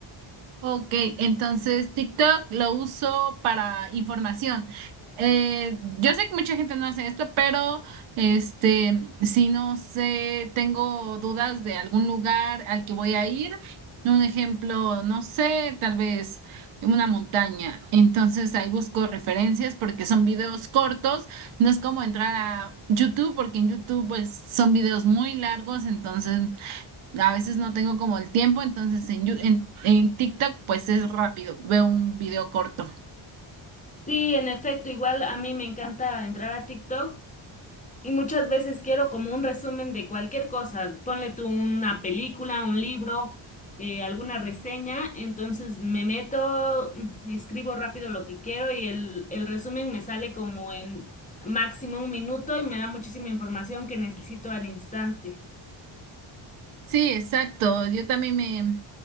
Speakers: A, on the right (about 80°); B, on the left (about 15°).
A: Ok, entonces TikTok lo uso para información. Eh, yo sé que mucha gente no hace esto, pero este, si no sé, tengo dudas de algún lugar al que voy a ir. Un ejemplo, no sé, tal vez una montaña. Entonces ahí busco referencias porque son videos cortos. No es como entrar a YouTube porque en YouTube pues son videos muy largos, entonces a veces no tengo como el tiempo, entonces en, Yu- en, en TikTok pues es rápido, veo un video corto.
B: Sí, en efecto, igual a mí me encanta entrar a TikTok Y muchas veces quiero como un resumen de cualquier cosa. Ponle tú una película, un libro, eh, alguna reseña. Entonces me meto, mm, escribo rápido lo que quiero y el, el resumen me sale como en máximo un minuto y me da muchísima información que necesito al instante.
A: Sí, exacto, yo también me,